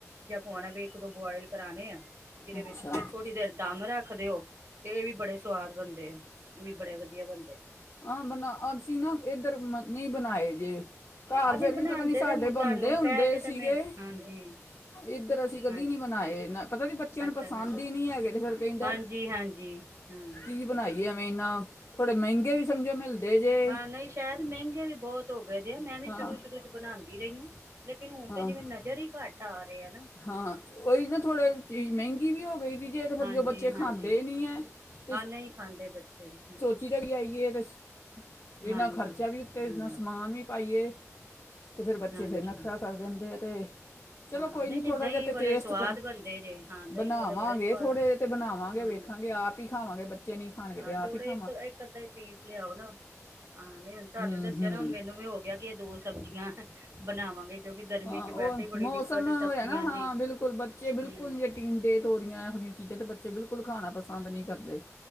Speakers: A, on the right; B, on the left.
A: ਹੋਣ ਵੀ ਇੱਕ ਦੋ ਬੁਆਇਲ ਕਰਾਣੇ ਆ। ਜਿਹਦੇ
B: ਅੱਛਾ
A: ਵਿੱਚ ਫੇਰ ਥੋੜ੍ਹੀ ਦੇਰ ਦਮ ਰੱਖ ਰੱਖਦੇ ਹੋ ਤੇ ਇਹ ਵੀ ਬੜੇ ਸ ਸਵਾਦ ਬਣਦੇ ਉਹ ਵੀ ਬੜੇ ਵਧੀਆ ਬਣਦੇ।
B: ਹਾਂ ਬਣਾ ਅਸੀਂ ਨਾ ਇੱਧਰ ਮ- ਨਹੀਂ ਬਣਾਏ ਜੇ। ਘਰ
A: ਹਾਂ ਨਹੀਂ
B: ਫਿਰ
A: ਬਣਾਉਂਦੇ
B: ਵੀ ਪਤਾ ਨੀ ਸਾਡੇ
A: ਤੇ ਹੁਣ ਤੁਹਾਨੂੰ
B: ਬੰਦੇ ਹੁੰਦੇ
A: ਕਹਿ ਕੇ ਤੇ
B: ਸੀਗੇ
A: ਮੈਂ ਹਾਂਜੀ
B: ਇੱਧਰ ਅਸੀਂ ਕਦੀ
A: ਹਾਂਜੀ
B: ਨੀ ਬਨਾਏ ਨਾ ਪਤਾ ਨੀ ਬੱਚਿਆਂ ਨੂੰ
A: ਅੱਛਾ
B: ਪਸੰਦ
A: ਇਹਨਾਂ ਦੋ
B: ਹੀ ਨਹੀਂ ਹੈਗੇ ਤੇ ਫਿਰ ਕਹਿੰਦਾ
A: ਹਾਂਜੀ ਹਾਂਜੀ ਹਾਂ
B: ਕੀ ਬਣਾਈ ਐ ਥੋੜੇ ਮਹਿੰਗੇ ਵੀ ਸਮਝੋ ਮਿਲਦੇ ਜੇ
A: ਹਾਂ ਨਹੀਂ ਸ਼ਾਇਦ ਮਹਿੰਗੇ ਵੀ ਬਹੁਤ ਹੋ ਗਏ ਦੇ ਮੈਂ ਵੀ
B: ਹਾਂ
A: ਸ਼ੁਰੂ-ਸ਼ੁਰੂ ਚ ਬਣਾਉਂਦੀ ਰਹੀ ਹਾਂ। ਲੇਕਿਨ ਹੁਣ
B: ਹਾਂ
A: ਤੇ ਜਿਵੇਂ ਨਜ਼ਰ ਹੀ ਘੱਟ ਆ ਰਹੇ ਹ।
B: ਹਾਂ ਉਹੀ ਨਾ ਥੋੜੇ ਚੀਜ਼ ਮਹਿੰਗੀ ਵੀ ਹੋ ਗਈ ਸੀ ਜੇ ਤੇ ਫਿਰ
A: ਹਾਂਜੀ
B: ਜੋ ਬੱਚੇ
A: ਹਾਂਜੀ
B: ਖਾਂਦੇ ਨੀ ਹੈ ਤੇ
A: ਹਾਂ ਨਹੀਂ ਖਾਂਦੇ ਬੱਚੇ ਹਮ
B: ਸੋਚੀ ਤਾਂ ਕਿ ਆਈਏ ਅਤੇ ਇਨਾ
A: ਹਾਂਜੀ
B: ਖਰਚਾ
A: ਹਾਂ
B: ਵੀ ਉੱਤੇ
A: ਇੰਨਾ
B: ਸਮਾਨ ਵੀ ਪਾਈਏ ਅਤੇ
A: ਪਾਈਏ
B: ਫਿਰ ਬੱਚੇ
A: ਹਾਂਜੀ
B: ਫਿਰ ਨਖਰਾ ਕਰ ਦਿੰਦੇ ਆ ਅਤੇ ਚਲੋ
A: ਹਾਂ
B: ਕੋਈ ਨਹੀਂ ਥੋੜ੍ਹਾ
A: ਦਹੀਂ
B: ਜਿਹਾ ਤਾਂ
A: ਵਾਲੇ
B: ਟੇਸਟ
A: ਸਵਾਦ
B: ਕਰ
A: ਬਣਦੇ ਜੇ ਹਾਂ ਦਹੀਂ
B: ਬਣਾਵਾਂਗੇ
A: ਵਾਲੇ ਬੜੇ ਸਵਾਦ
B: ਥੋੜ੍ਹੇ ਜਿਹੇ ਅਤੇ ਬਣਾਵਾਂਗੇ
A: ਹਾਂ
B: ਵੇਖਾਂਗੇ ਆਪ ਹੀ ਖਾਵਾਂਗੇ ਬੱਚੇ ਨਹੀਂ ਖਾਣਗੇ
A: ਹਾਂ
B: ਤਾਂ
A: ਥੋੜੇ
B: ਆਪ ਹੀ ਖ
A: ਇੱਕ ਅੱਧਾ ਹੀ ਪੀਸ ਲਿਆਓ ਨਾ ਹਾਂ ਨਹੀਂ ਹੁਣ ਤੁਹਾਨੂੰ
B: ਹੂੰ
A: ਦੱਸਿਆ
B: ਹੂੰ
A: ਨਾ ਹੁਣ ਮੈਨੂੰ ਵੀ ਹੋ ਗਿਆ ਕਿ ਇਹ ਦੋ ਸ <unintelligible> ਬਣਾਵਾਂਗੇ ਕਿਉਂਕਿ ਗਰਮੀ
B: ਹਾਂ
A: ਚ
B: ਉਹ
A: ਵੈਸੇ ਹੀ ਬੜੀ
B: ਮੌਸਮ
A: ਦਿੱਕਤ
B: ਹੋਇਆ
A: ਹੈ ਸਬਜ਼ੀਆਂ
B: ਨਾ ਹਾਂ
A: ਦੀ
B: ਬਿਲਕੁਲ ਬੱਚੇ ਬਿਲਕੁਲ
A: ਹਮ
B: ਟੀਂਡੇ ਤੋਰੀਆਂ ਇਹੋ ਜਿਹੀਆਂ ਚੀਜ਼ਾਂ ਤਾਂ ਬੱਚੇ ਬਿਲਕੁਲ ਖਾਣਾ ਪਸੰਦ ਨਹੀਂ ਕਰਦੇ